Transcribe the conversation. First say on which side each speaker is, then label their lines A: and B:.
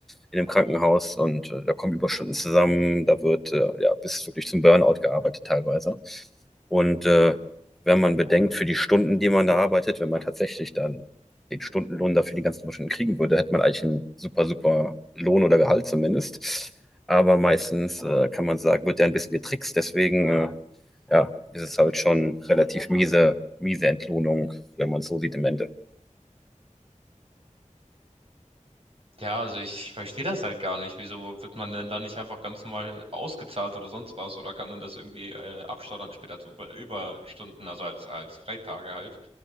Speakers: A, in the centre; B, on the right.
A: in einem Krankenhaus und äh, da kommen Überstunden zusammen, da wird äh, ja bis wirklich zum Burnout gearbeitet teilweise. Und äh, wenn man bedenkt, für die Stunden, die man da arbeitet, wenn man tatsächlich dann den Stundenlohn dafür die ganzen Stunden kriegen würde, hätte man eigentlich einen super, super Lohn oder Gehalt zumindest. Aber meistens äh, kann man sagen, wird der ein bisschen getrickst. Deswegen äh, ja, ist es halt schon relativ miese, miese Entlohnung, wenn man es so sieht im Endeffekt.
B: Ja, also ich verstehe das halt gar nicht. Wieso wird man denn da nicht einfach ganz normal ausgezahlt oder sonst was? Oder kann man das irgendwie äh, abstottern später als Über Überstunden, also als, als Freitage halt?